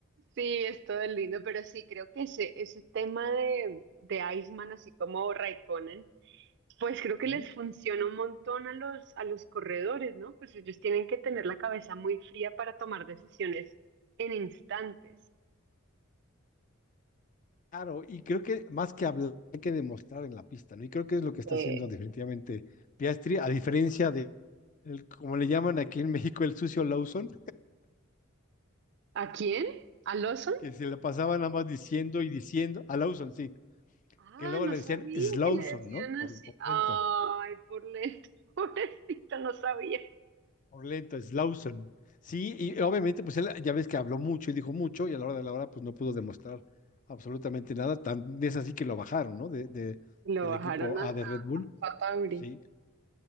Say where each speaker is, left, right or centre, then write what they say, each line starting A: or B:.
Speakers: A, on the right; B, on the left.
A: sí, es todo lindo, pero sí, creo que ese, ese tema de, de Iceman, así como Raikkonen, Pues creo que
B: Ujú.
A: les funciona un montón a los, a los corredores, ¿no? Pues ellos tienen que tener la cabeza muy fría para tomar decisiones en instantes.
B: Claro, y creo que más que hablar, hay que demostrar en la pista, ¿no? Y creo que es lo que está
A: Eh,
B: haciendo definitivamente Piastri, a diferencia de, el- como le llaman aquí en México, el sucio Lawson,
A: ¿A quién? ¿A Lawson?
B: que se le pasaban nada más diciendo y diciendo, a Lawson, sí,
A: Ah,
B: que luego
A: no
B: le
A: sabía
B: decían Slawson,
A: que le decían
B: ¿no?
A: así.
B: Por, por
A: Ay,
B: lento,
A: por lento, <laughs> pobrecito, no sabía.
B: por lento, Slawson. Sí, y obviamente, pues él ya ves que habló mucho y dijo mucho, y a la hora de la hora, pues no pudo demostrar absolutamente nada, tan es así que lo bajaron, ¿no? De, de-
A: Lo
B: del
A: bajaron
B: equipo
A: a,
B: A
A: a,
B: de Red Bull,
A: a Fatauri.
B: sí.